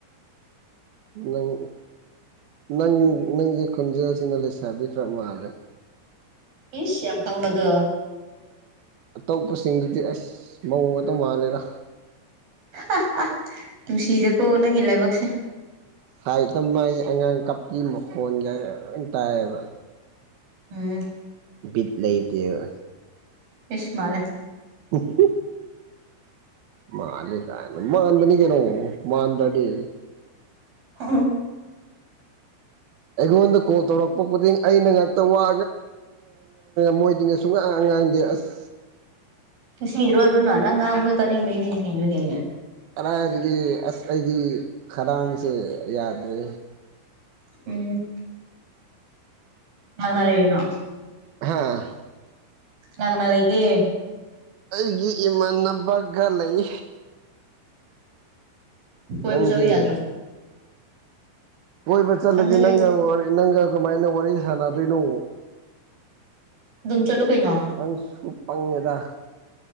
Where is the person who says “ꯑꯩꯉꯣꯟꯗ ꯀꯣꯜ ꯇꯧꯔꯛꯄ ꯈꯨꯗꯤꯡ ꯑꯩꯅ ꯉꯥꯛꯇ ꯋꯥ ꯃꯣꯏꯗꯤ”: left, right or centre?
Right